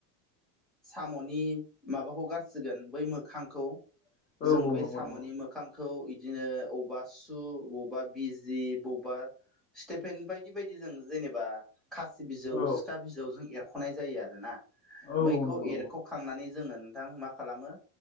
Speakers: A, in the centre; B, on the left.
A: साम'नि माबाखौ गारसिगोन बै मोखांखौ।
B: औ
A: जों
B: औ
A: बे
B: नंगौ
A: साम'नि
B: नंगौ
A: मोख खांखौ इदिनो अबावबा सु बबावबा बिजि बबावबा स्टेफेन बायदि-बायदि जों जेनेबा खासि बिजौ
B: औ
A: सिखा बिजौजों एरख'नाय जायो आरोना।
B: औ
A: बैखौ
B: नंगौ
A: एरख' खांनानै जोङो नोंथां मा खालामो